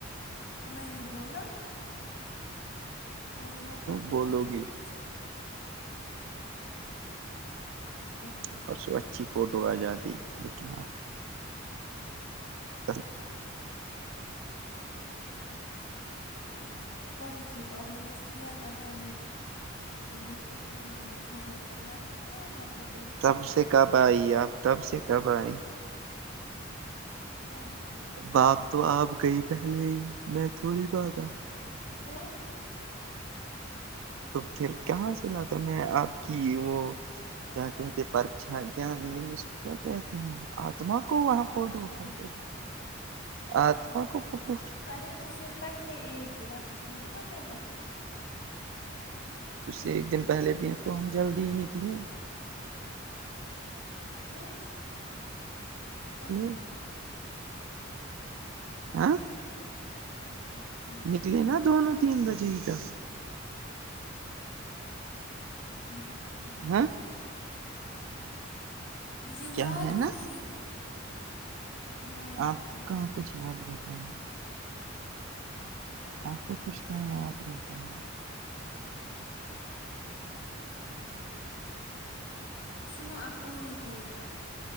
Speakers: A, on the left (about 65°); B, on the right (about 80°).
A: میں نے بولا میں نے مت نہ بولا
B: بولو
A: تھا
B: گی
A: کچھ ارے نہیں
B: پرسوں اچھی فوٹو آ جاتی لیکن آپ <unintelligible>
A: کرو چپ آپ نے اس بلیک ابیا میں مجھے اٹھائی ہیی نہیں فضول تھا۔ میں اٹھاؤں گا فوٹوز
B: تب سے کب آئی آپ تب سے کب آئی
A: تب ہی
B: باگ تو آپ گئی پہلے ہی میں تھوڑی بھاگا
A: تو
B: تو پھر کہاں سے لاتا میں آپ کی وہ کیا کہتے ہیں پرچھائی کیا ہندی میں اس کو کیا کہتے ہیں آتما کو
A: ہاں
B: وہاں
A: پرچھائی
B: فوٹو اٹھاتے تھے آتما کو فوٹو
A: ارے اسے پہلے ایک دن اپنی تھوڑی نا بولا
B: اس سے ایک دن پہلے بھی ہیں تو ہم جلدی ہی نکلے
A: کیوں
B: نکلے
A: تب کیا تھا
B: آں
A: اچھا ٹھیک
B: نکلے
A: مجھے
B: نا
A: یاد
B: دونوں
A: ہی
B: تین
A: نہیں
B: بجے
A: ہے
B: ہی تک
A: مجھے مزے یاد
B: ہاں
A: ہے مجھے
B: کیا
A: یاد
B: ہے
A: ہی
B: نا
A: نہیں ہے یاد
B: آپ کو
A: نہیں
B: کہاں کچھ
A: ہے
B: یاد رہتا ہے آپ کو کچھ کہاں یاد رہتا ہے
A: ہاں سچ ہے سنو اب اور ایک یہ ہے